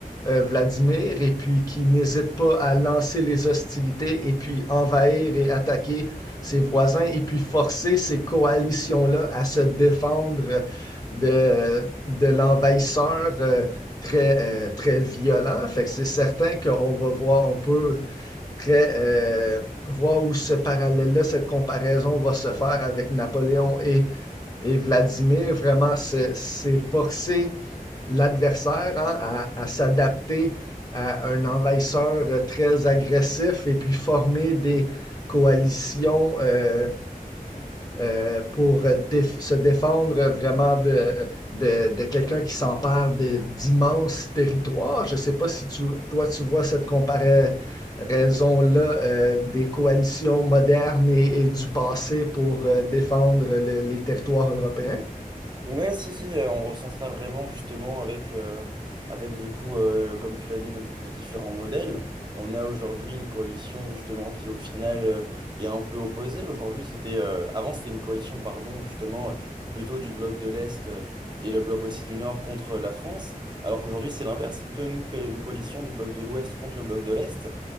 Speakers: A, on the left (about 25°); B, on the right (about 30°).
A: euh, Vladimir et puis qui n'hésite pas à lancer les hostilités et puis envahir et attaquer ses voisins et puis forcer ces coalitions-là à se défendre de, de l'envahisseur euh, très, euh, très violent. Fait que c'est certain qu'on va voir, on peut très euh, voir où ce parallèle-là, cette comparaison va se faire avec Napoléon et, et Vladimir. Vraiment, c'est c'est forcer l'adversaire hein, à, à s'adapter à un envahisseur euh, très agressif et puis former des coalitions euh, euh, pour euh, déf- se défendre vraiment de, de, de quelqu'un qui s'empare de- d'immenses territoires. Je ne sais pas si tu, toi, tu vois cette comparaison-là euh, des coalitions modernes et, et du passé pour euh, défendre le- les territoires européens.
B: Ouais, si, si, euh, on ressent ça vraiment justement avec, euh, avec du coup, euh, comme tu l'as dit, donc ces deux différents modèles. On a aujourd'hui une coalition justement qui au final euh, est un peu opposée. Aujourd'hui, c'était, euh, avant c'était une coalition, pardon, justement, euh, plutôt du bloc de l'Est euh, et le bloc aussi du Nord contre la France. Alors qu'aujourd'hui, c'est l'inverse, c'est plutôt une, co- une coalition du bloc de l'Ouest contre le bloc de l'Est.